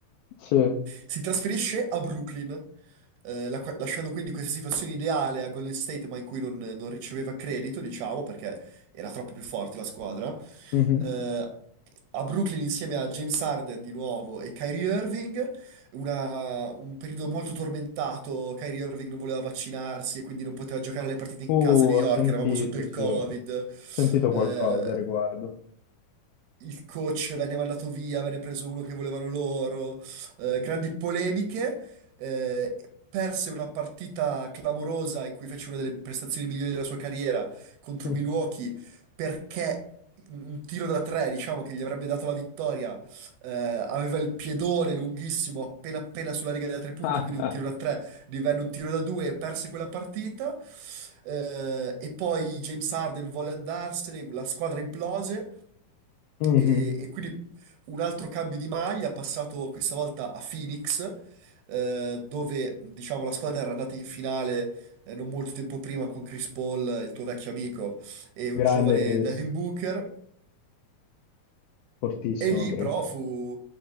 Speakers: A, on the left (about 80°); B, on the right (about 85°).
A: Sì,
B: Si trasferisce a Brooklyn, eh, la- lasciando quindi questa situazione ideale a Golden State, ma in cui non, non riceveva credito, diciamo, perché era troppo più forte la squadra.
A: mhm.
B: Eh, a Brooklyn insieme a James Harden di nuovo e Kyrie Irving, una- un periodo molto tormentato. Kyrie Irving non voleva vaccinarsi e quindi non poteva giocare le partite in
A: Uh,
B: casa a New
A: ho
B: York,
A: sentito,
B: eravamo sotto il
A: sì.
B: Covid.
A: Ho sentito
B: Eh,
A: qualcosa a riguardo.
B: il coach venne mandato via, venne preso uno che volevano loro eh, grandi polemiche, eh, perse una partita clamorosa in cui fece una delle prestazioni migliori della sua carriera contro
A: <laughs>
B: Milwaukee perché un tiro da tre, diciamo, che gli avrebbe dato la vittoria, eh, aveva il piedone lunghissimo appena appena sulla riga da tre punti,
A: Ah,
B: quindi
A: ah.
B: un tiro da tre divenne un tiro da due e perse quella partita. Eh, e poi James Harden volle andarsene, la squadra implose.
A: Mhm.
B: E, e quindi un altro cambio di maglia, passato questa volta a Phoenix, eh, dove diciamo la squadra era andata in finale eh, non molto tempo prima con Chris Paul, il tuo vecchio amico, e un
A: Grande
B: giovane
A: Chris,
B: Devin Booker.
A: fortissimo
B: E lì
A: Chris.
B: però fu